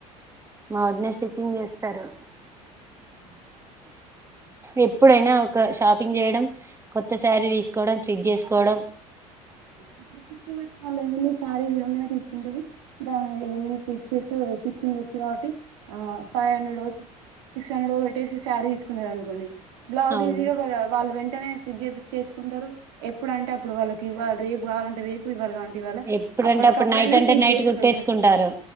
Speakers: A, on the right; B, on the right.
A: మా వదిన స్టిచ్చింగ్ చేస్తారు
B: అ
A: ఎప్పుడైనా ఒక షాపింగ్ చేయడం కొత్త శారీ తీసుకోవడం స్టిచ్ చేసుకోవడం
B: ఇప్పుడు స్టిచింగ్ వచ్చిన వాళ్ళు ఏమన్నా సారీ చూడంగానే తీసుకుంటారు దా ఏమన్నా స్టిచెస్ స్టిచింగ్ వచ్చు కాబట్టి ఆ ఫైవ్ హండ్రెడొ సిక్స్ <unintelligible> క్షణలో పెట్టేసి సారీ తీసుకున్నారు అనుకోండి బ్లౌజ్
A: అవును
B: ఈజీగా కూడా వాళ్ళు వెన్ అట్టనే స్టిచ్ చెయ్యి పించేసుకుంటారు ఎప్పుడు అంటే అప్పుడు వాళ్ళకి గివాళ రేపు కావాలంటె రేపు ఇవ్వాళ కావలం ఇవ్వాళ
A: ఎప్పుడంటే
B: అప్పటికప్పుడైన
A: అప్పుడు నైట్ అంటే
B: స్టిచ్
A: నైట్
B: చేసుకుంటారు
A: కుట్టేసుకుంటారు